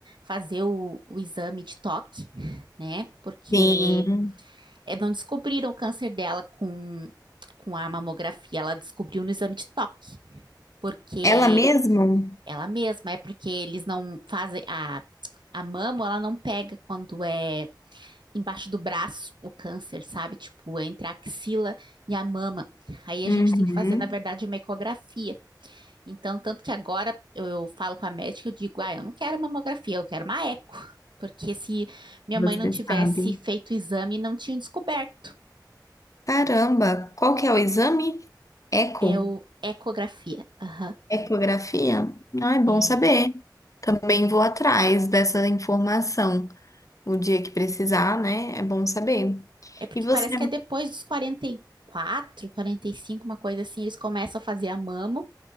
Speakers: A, on the right (about 80°); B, on the left (about 45°).
A: fazer o, o exame de toque, né? Porque
B: Sim.
A: é, não descobriram o câncer dela com, com a mamografia, ela descobriu no exame de toque, porque
B: Ela mesmo?
A: ela mesma, é porque eles não fazem a, a mama, ela não pega quando é embaixo do braço o câncer, sabe? Tipo, entre a axila e a mama. Aí a
B: Uhum,
A: gente tem que fazer, na verdade, uma ecografia. Então, tanto que agora eu falo com a médica, eu digo, ah, eu não quero mamografia, eu quero uma eco. Porque se minha
B: você
A: mãe não tivesse
B: sabe.
A: feito o exame, não tinha descoberto.
B: Caramba, qual que é o exame? Eco?
A: É o ecografia. Aham,
B: Ecografia? Ah, é bom
A: uhum.
B: saber.
A: é.
B: Também vou atrás dessa informação. o dia que precisar, né? É bom saber.
A: É porque
B: E você
A: parece que é depois dos quarenta e quatro quarenta e cinco uma coisa assim, eles começam a fazer a mamo,